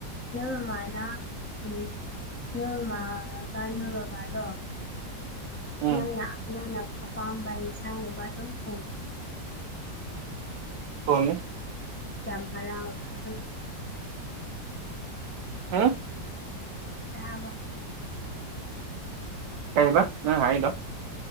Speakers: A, on the left (about 15°); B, on the right (about 70°).
A: ꯅꯣꯏ ꯃꯃꯥꯅ ꯎꯝ <unintelligible> ꯅꯣꯏ ꯕꯕꯥꯗꯣ
B: ꯎꯝ
A: ꯅꯪꯅ ꯅꯪꯅ ꯑꯄꯥꯝꯕ ꯏꯟꯁꯥꯡꯒꯨꯝꯕ ꯑꯗꯨꯝ ꯊꯣꯡ
B: ꯄꯔꯣꯃꯤꯁ
A: ꯌꯥꯝ ꯍꯔꯥꯎꯔꯦ <unintelligible>
B: ꯍꯥ
A: <unintelligible>
B: ꯀꯩ ꯑꯕ ꯅꯪ ꯍꯥꯏꯗꯣ